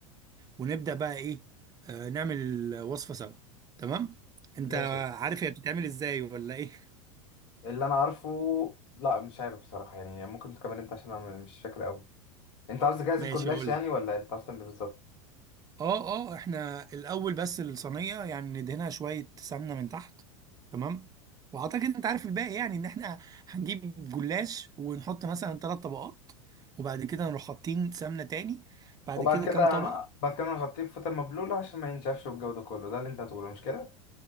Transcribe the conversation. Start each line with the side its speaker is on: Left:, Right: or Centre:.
Right: ونبدا بقى ايه آه، نعمل الوصفه سوا تمام انت
Left: <laughs> ماشي
Right: عارف هي بتتعمل ازاي ولا ايه <laughs>
Left: اللي انا عارفه لا مش عارف بصراحه يعني ممكن تكمل انت عشان انا مش فاكر قوي انت عاوز تجهز
Right: ماشي
Left: الكلاش
Right: اقول
Left: يعني
Right: لك
Left: ولا انت عاوز تعمل إيه بالظبط
Right: اه اه احنا الاول بس الصينيه يعني ندهنها شويه سمنه من تحت تمام واعتقد انت عارف الباقي يعني ان احنا هنجيب جلاش ونحط مثلا ثلاث طبقات وبعد كده نروح حاطين سمنه تاني بعد
Left: وبعد
Right: كده
Left: كده
Right: كام طبقه
Left: أنا- بعد كده نغطيه بفوطه مبلوله عشان ما ينشفش والجو ده كله ده اللي انت هتقوله مش كده